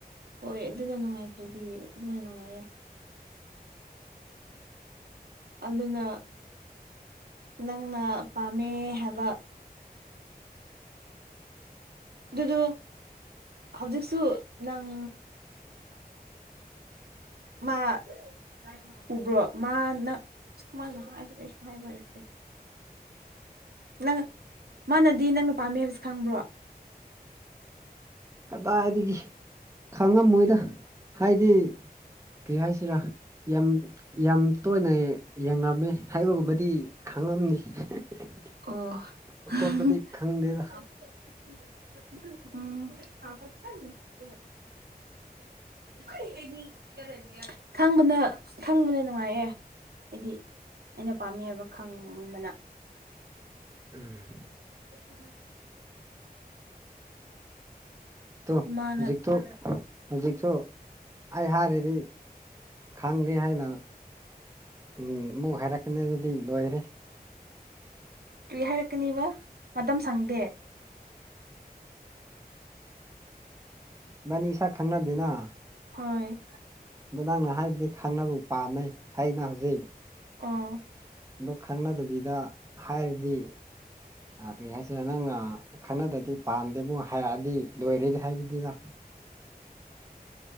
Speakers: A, on the right; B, on the right.
A: ꯍꯣꯏ ꯑꯗꯨꯅ ꯅꯨꯡꯉꯥꯏꯇ꯭ꯔꯗꯤ ꯑꯗꯨꯅ ꯅꯨꯡꯉꯥꯏꯌꯦ꯫ ꯑꯗꯨꯅ ꯅꯪꯅ ꯄꯥꯝꯃꯦ ꯍꯥꯏꯕ ꯑꯗꯨꯗꯨ ꯍꯧꯖꯤꯛꯁꯨ ꯅꯪ ꯃꯥ <unintelligible> ꯎꯕ꯭ꯔꯣ ꯃꯥ ꯅꯪ ꯑꯁ ꯀꯃꯥꯏꯅ ꯍꯥꯏꯁꯦꯔ ꯑꯩꯁꯨ ꯍꯥꯏꯕ ꯍꯩꯇꯦ ꯅꯪ ꯃꯥꯅꯗꯤ ꯅꯪꯅ ꯄꯥꯝꯃꯦ ꯍꯥꯏꯕꯁꯦ ꯈꯪꯕ꯭ꯔꯣ?
B: ꯀꯗꯥꯏꯗꯒꯤ ꯈꯪꯉꯝꯃꯣꯏꯗ ꯍꯥꯏꯗꯤ ꯀꯩ ꯍꯥꯏꯁꯦꯔꯥ ꯌꯥꯝ ꯌꯥꯝ ꯇꯣꯏꯅ ꯌꯦ ꯌꯦꯡꯔꯝꯃꯤ ꯍꯥꯏꯕꯒꯨꯝꯕꯗꯤ ꯈꯪꯉꯝꯅꯤ <unintelligible>
A: ꯑꯣ
B: ꯑꯇꯣꯞꯄꯗꯤ
A: <unintelligible>
B: ꯈꯪꯗꯦꯗ
A: <unintelligible> ꯎꯝ <unintelligible> ꯌꯝ ꯅꯨꯡꯁꯤꯌꯦ ꯈꯪꯕꯅ ꯈꯪꯕꯅ ꯅꯨꯡꯉꯥꯏꯌꯦ ꯑꯩꯗꯤ ꯑꯩꯅ ꯄꯥꯝꯃꯤ ꯍꯥꯏꯕ ꯈꯪꯕꯅ
B: ꯎꯝ
A: <inaudible>
B: ꯇꯣ
A: ꯃꯥꯅ
B: ꯍꯧꯖꯤꯛ ꯇꯨꯛ ꯍꯧꯖꯤꯛꯁꯨ ꯑꯩ ꯍꯥꯏꯔꯗꯤ ꯈꯪꯗꯦ ꯍꯥꯏꯅ ꯎꯝ ꯑꯃꯨꯛ ꯍꯥꯏꯔꯛꯀꯅꯤ ꯑꯗꯨꯗꯤ ꯂꯣꯏꯈꯔꯦ
A: ꯀ꯭ꯔꯤ ꯍꯥꯏꯔꯛꯀꯅꯤꯕ ꯃꯇꯝ ꯁꯪꯗꯦ
B: ꯏꯕꯥꯅꯤ ꯁꯛ ꯈꯪꯅꯗꯦꯅ
A: ꯍꯣꯏ
B: ꯑꯗꫭ ꯅꯪꯅ ꯍꯥꯏꯕꯗꯤ ꯈꯪꯅꯕ ꯄꯥꯝꯃꯦ ꯍꯩꯅ ꯍꯧꯖꯤꯛ
A: ꯑꫭ
B: ꯑꯗꯣ ꯈꯪꯅꯗꯕꯤꯗ ꯍꯥꯏꯔꯗꯤ ꯑ ꯀꯔꯤ ꯍꯥꯏꯁꯤꯔꯥ ꯅꯪꯅ ꯈꯡꯅꯗꯗꯤ ꯄꯥꯝꯗꯦ ꯑꯃꯨꯛ ꯍꯥꯏꯔꯛꯑꯗꯤ ꯂꯣꯏꯔꯦ ꯍꯥꯏꯕꯅꯤꯗ